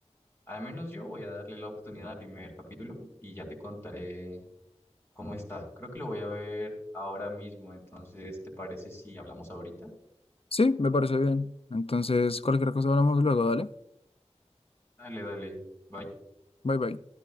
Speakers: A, on the left; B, on the left.
A: al menos yo voy a darle la oportunidad al primer capítulo y ya te contaré cómo está. Creo que lo voy a ver ahora mismo. Entonces, ¿te parece si hablamos ahorita?
B: Sí, me parece bien. Entonces, cualquier cosa hablamos luego, dale.
A: Dale, dale. Bye.
B: Bye bye.